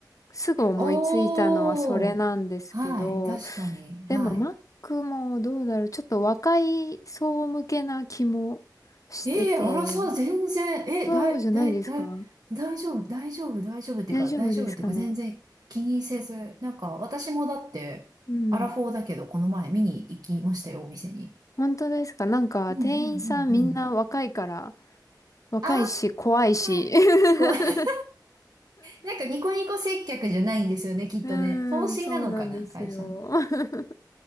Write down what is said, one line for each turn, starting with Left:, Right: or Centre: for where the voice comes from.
Left: すぐ思いついたのはそれなんですけど、
Right: おー、はい、確かに、はい。
Left: でも Mac もどうだろう。ちょっと若い層向けな気もしてて、
Right: ええーあらさ、全然、
Left: そうじゃないですか
Right: え、だい、だい、だい、大丈夫、大丈夫、大丈夫っていうか、
Left: 大丈夫ですかね
Right: 大丈夫っていうか、全然気にせず、なんか私もだって、
Left: うん。
Right: アラフォーだけど、この前見に行きましたよ、お店に。
Left: 本当ですかなんか、
Right: うんうんうんうん。
Left: 店員さんみんな若いから、若いし、
Right: あ
Left: 怖いし。
Right: ー、
Left: <laughs>
Right: こう <laughs> なんかニコニコ接客じゃないんですよね、きっとね。
Left: うーん、
Right: 方針なのかな、
Left: そうなんですよ。
Right: 会社の。
Left: <laughs>